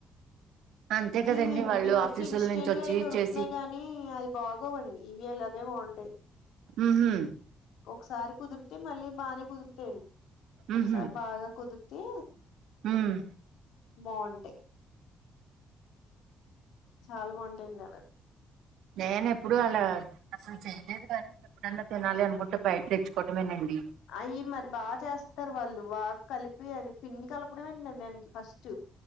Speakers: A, on the right; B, on the left.
A: అంతే కదండి
B: ఈ
A: వాళ్ళు
B: ఈ మధ్య
A: ఆఫీసుల
B: ఇన్స్టెంట్
A: నుంచి వచ్చి
B: అవి దొరుకుతున్నాయి
A: చేసి
B: కానీ. కానీ అది బాగోవండి ఇవి అలాగే బాగుంటాయి.
A: ఉహు.
B: ఒకసారి కుదిరితే మళ్ళీ బానే కుదిరుతాయ్ ఒకసారి
A: ఉహు
B: బాగా కుదిరితే.
A: ఉమ్.
B: బావుంటై చాలా బాగుంటాయండి అలా.
A: నేనెప్పుడు అలా అసలు చేయలేదు కద. ఎప్పుడైన్నా తినాలి అనుకుంటే బయట తెచ్చుకోవడమేనండి.
B: అయ్యి మరి బాగా చేస్తారు వాళ్ళు బాగా కలిపి అది పిండి కలపడమే మరి దానికి ఫస్ట్.